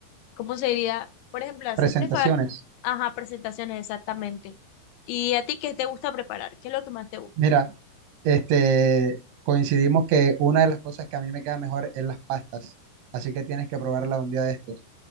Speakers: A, on the left (about 85°); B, on the right (about 85°).
A: ¿Cómo sería? Por ejemplo, hacer
B: Presentaciones.
A: prefa- Ajá, presentaciones exactamente. ¿Y a ti qué te gusta preparar? ¿Qué es lo que más te gusta?
B: Mira, este, coincidimos que una de las cosas que a mí me queda mejor es las pastas, así que tienes que probarla un día de estos.